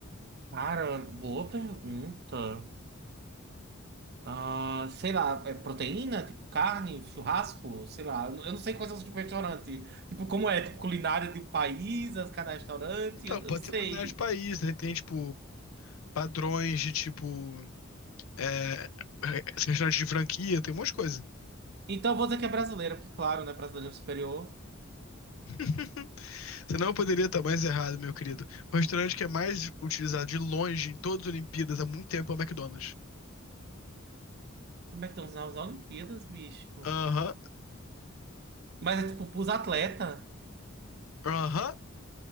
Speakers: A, on the right; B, on the left.
A: cara, boa pergunta. Ah, sei lá, é proteína, tipo carne, churrasco, sei lá. Eu não eu não sei quais são os tipos de restaurante. Tipo, como é, tipo, culinária de um país, as- cada restaurante,
B: Então,
A: eu eu
B: pode
A: não sei.
B: ser culinária de país, né? Tem, tipo, padrões de, tipo, é, é, restaurantes de franquia, tem um monte de coisa.
A: Então eu vou dizer que é brasileira, porque claro, né, brasileira é superior.
B: <laughs> Você não poderia estar mais errado, meu querido. O restaurante que é mais utilizado de longe em todas as Olimpíadas há muito tempo é o McDonald's.
A: Como é que estão nas Olimpíadas, bicho?
B: Aham,
A: Mas é tipo, pros atletas.
B: aham.